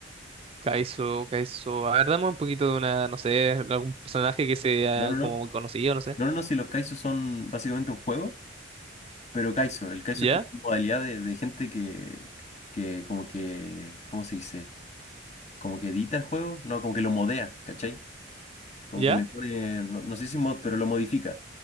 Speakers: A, on the right; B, on the left.
A: Kaizo, Kaizo. A ver, dame un poquito de una, no sé, algún personaje que sea
B: No, no, no.
A: como conocido, no sé.
B: No, no, no, si los kaisos son básicamente un juego, pero kaiso. El kaiso
A: ¿Ya?
B: es como una modalidad de, de gente que, que como que, ¿cómo se dice? Como que edita el juego. No, como que lo modea, ¿cachai? Como
A: ¿Ya?
B: que le pone, no, no sé si mod, pero lo modifica.